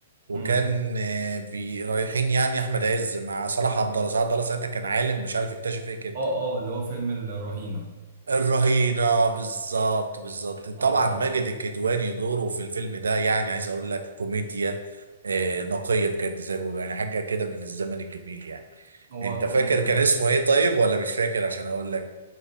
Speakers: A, on the right (about 90°); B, on the right (about 60°).
A: وكان
B: امم
A: آه، بي رايحين يعني احمد عز مع صلاح عبد الله صلاح عبد الله ساعتها كان عالم مش عارف اكتشف ايه كده
B: اه اه اللي هو فيلم الرهينة
A: الرهينة بالظبط بالظبط طبعا
B: اه اه
A: ماجد
B: آه.
A: الكدواني دوره في الفيلم ده يعني عايز اقول لك كوميديا آه، نقية بجد زي ما بيقولوا يعني حاجة كده من الزمن الجميل يعني
B: هو
A: انت
B: كان
A: فاكر كان اسمه ايه طيب ولا مش فاكر عشان اقول لك